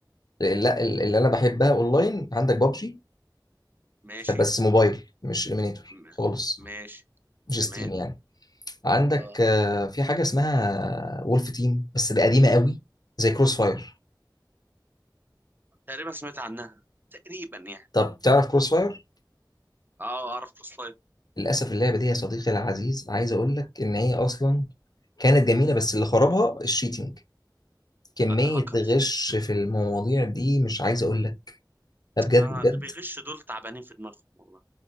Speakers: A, on the left; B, on the right.
A: لا ال- اللي انا بحبها اونلاين عندك بابجي
B: ماشي
A: بس موبايل مش ليمينيتور
B: م-
A: خالص
B: ماشي
A: مش
B: تمام
A: ستيم يعني عندك
B: اه
A: آه، في حاجه اسمها وولف تيم بس دي قديمه قوي زي كروس فاير
B: تقريبا سمعت عنها تقريبا يعني
A: طب تعرف كروس فاير
B: اه اعرف كروس فاير
A: للاسف اللعبه دي يا صديقي العزيز عايز اقول لك ان هي اصلا كانت جميله بس اللي خربها الشيتنج كميه
B: الهاكرز
A: غش في المواضيع دي مش عايز اقول لك ده بجد
B: ما
A: بجد
B: اللي بيغش دول تعبانين في دماغهم والله